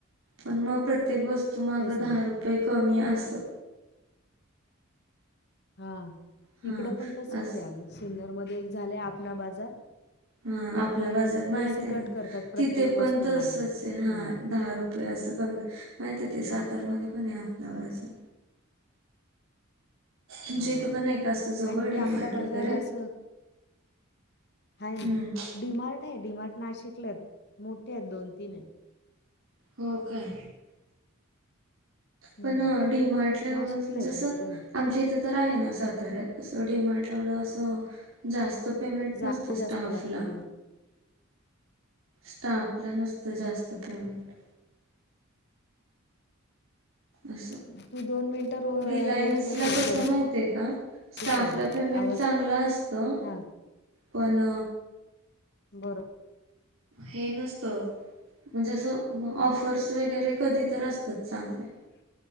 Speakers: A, on the right; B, on the left.
A: पण मग प्रत्येक वस्तू माग
B: तेच
A: दहा
B: ना
A: रुपय कमी असं.
B: हा
A: हा
B: इकडं पण तसच
A: असं
B: आहे अग सिन्नरमध्ये एक झालं आपणा बाजार.
A: अ
B: मग
A: आपला
B: ते
A: बाजार
B: पैसे
A: माहित आहे
B: कट
A: ना?
B: करतात प्रत्येक
A: तिथे
B: वस्तू
A: पण तसच
B: मागे.
A: आहे हा
B: हं,
A: दहा रुपये असं कमी माहिती ते सातार
B: हं,
A: मध्ये. पण आपला बाजार तुमच्या
B: हा
A: इथं पण नाही का असं जवळ
B: आणि
A: डी
B: ते आपला
A: मार्ट वगैरे
B: बाजार आस ह
A: हम्म
B: ना डीमार्ट आहे डीमार्ट नाशिकला आहेत मोठे आहेत दोन- तीन आहेत.
A: हो काय.
B: हं.
A: पण डीमार्टला एवढं
B: नाशिकला
A: म्हणजे
B: आहे
A: असं
B: पण इकडं नाही.
A: आमच्या इथे तर आहे ना साताऱ्यात असं डीमार्ट एवढ असं
B: हम्म.
A: जास्त पेमेंट
B: जागा
A: नसत स्टाफला.
B: जास्त लागते
A: स्टाफ ला नसत जास्त पेमेंट. असं.
B: डीमार्ट तू मिनिटं रो
A: रिलायन्स
B: रेंजमध्ये ये
A: कस
B: थोडं
A: माहितीय का
B: कमीच
A: स्टाफला
B: राहिले
A: पेमेंट
B: आवाज
A: चांगला आस त
B: हां,
A: पण
B: बर.
A: हे नसत म्हणजे असं ऑफर्स वगैरे कधी तर असतात चांगल्या.